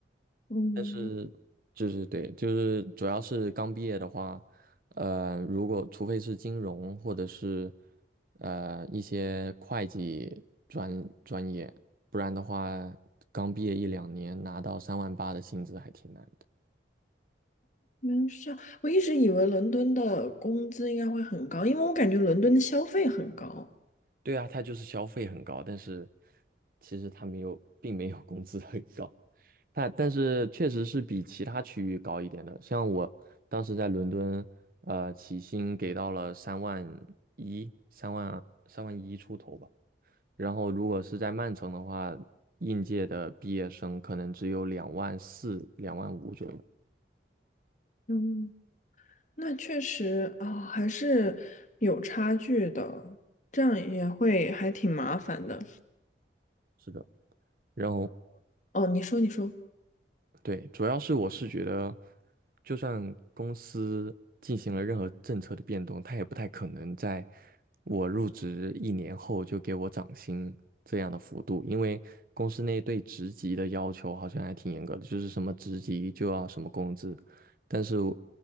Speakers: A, on the left; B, on the right.
A: 嗯，
B: 但是就是对，就是主要是刚毕业的话，呃，如果除非是金融或者是呃一些会计专专业，不然的话，刚毕业一两年拿到三万八的薪资还挺难的。
A: 没事，是这样我一直以为伦敦的工资应该会很高，因为我感觉伦敦的消费很高。
B: 对啊，他就是消费很高，但是其实他没有，并没有工资很高。但但是确实是比其他区域高一点的。像我当时在伦敦，呃，起薪给到了三万一，三万三万一出头吧。然后如果是在曼城的话，应届的毕业生可能只有两万四、两万五左右。
A: 嗯，那确实啊，还是有差距的，这样也会还挺麻烦的。
B: 是的，然后
A: 哦，你说，你说。
B: 对，主要是我是觉得，就算公司进行了任何政策的变动，他也不太可能在我入职一年后就给我涨薪这样的幅度，因为公司内对职级的要求好像还挺严格的，就是什么职级就要什么工资。但是我